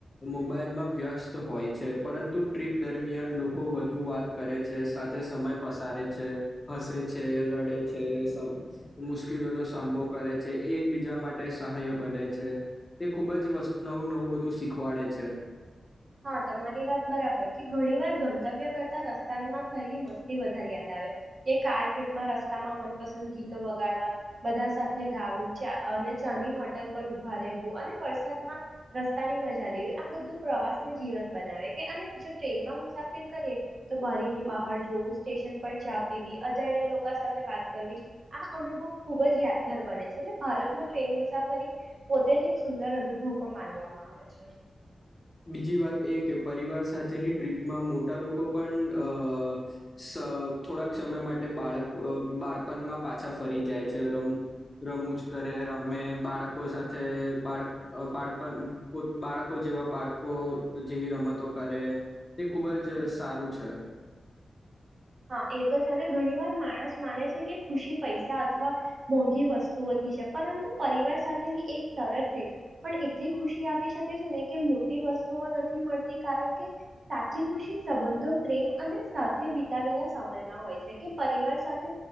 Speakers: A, on the left (about 25°); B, on the right (about 50°).
A: મોબાઈલમાં વ્યસ્ત હોય છે. પરંતુ ટ્રીપ દરમિયાન લોકો વધુ વાત કરે છે, સાથે સમય પસારે છે, હસે છે રડે છે સમ, મુશ્કેલીઓનો સામનો કરે છે, એકબીજા માટે સહાય બને છે તે ખૂબ વસ્ નવું નવું બધું શીખવાડે છે.
B: હા, તમારી વાત બરાબર કે ઘણી વાર ગંતવ્ય કરતા રસ્તામાં થયેલી મસ્તી વધારે યાદ આવે કે કાર માં રસ્તામાં મનપસંદ ગીત, વગાડવા બધા સાથે ગાવું ચા અને ચાની હોટલ પર ઉભા રહેવું અને વરસાદમાં રસ્તાની મજા લેવી આ બધું પ્રવાસ જીવન બનાવે કે અને જો ટ્રેનમાં ટ્રેન જીવન બનાવે કે ટ્રેનમાં મુસાફિર કરીએ તો બરીની બહાર જોવું સ્ટેશન પર ચા પીવી અજાણ્યા લોકો સાથે વાત કરવી આ અનુભવ ખુબ જ યાદ દર બને છે એટલે ભારતમાં ટ્રેન મુસાફરી પોતે જ એક સુંદર અનુભવમાં માનવામાં આવે છે.
A: બીજી વાત એ કે પરિવાર સાથેની ટ્રીપમાં મોટા લોકો પણ અ સ થોડાક સમય માટે બાળક બાળપણમાં પાછા ફરી જાય છે. રમુ રમુજ કરે રમે બાળકો સાથે બાળક અ બાળપણ પોત બાળકો જેવા બાળક કો જેવી રમતો કરે તે ખૂબ જ સારું છે.
B: હા એ તો છેને ઘણી વાર માણસ માને છે કે ખુશી પૈસા અથવા મોંઘી વસ્તુઓથી છે પરંતુ પરિવાર સાથેની એક સરળ ટ્રીપ પણ એટલી ખુશી આપી શકે છે ને કે મોટી વસ્તુઓ નથી મળતી કારણ કે સાચી ખુશી સંબંધો પ્રેમ અને સાથે વેલા સમયમાં હોય છે કે પરિવાર સાથે